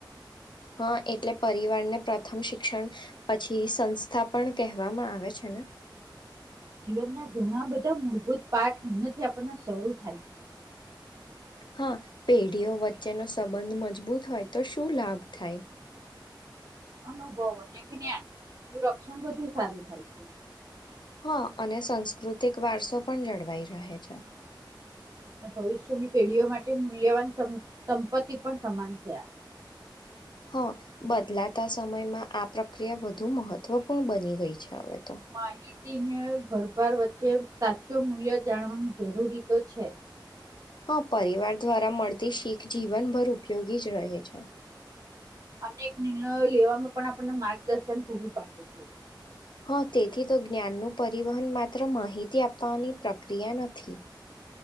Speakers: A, on the left; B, on the right.
A: હા એટલે પરિવારને પ્રથમ શિક્ષણ પછી સંસ્થા પણ કહેવામાં આવે છે ને
B: જીવનના ઘણા બધા મૂળભૂત પાઠ અહીંયાથી આપણને શરૂ થાય છે
A: હા પેઢીઓ વચ્ચેનો સંબંધ મજબૂત હોય તો શું લાભ થાય
B: અનુભવ અને જ્ઞાન નું રક્ષણ વધુ સારું થાય છે
A: હા અને સાંસ્કૃતિક વારસો પણ જળવાઈ રહે છે
B: અને ભવિષ્યની પેઢીઓ માટે મૂલ્યવાન સમ- સંપત્તિ પણ સમાન છે
A: હા બદલાતા સમયમાં આ પ્રક્રિયા વધુ મહત્વપૂર્ણ બની ગઈ છે હવે તો
B: માહિતીને ભરપાર વચ્ચે સાચો મૂલ્ય જાણવાની જરૂરી તો છે
A: હા પરિવાર દ્વારા મળતી શીખ જીવનભર ઉપયોગી જ રહે છે
B: અનેક નિર્ણયો લેવામાં પણ આપણને માર્ગદર્શન પૂરું પાડે છે
A: હા તેથી તો જ્ઞાનનું પરિવહન માત્ર માહિતી આપવાની પ્રક્રિયા નથી.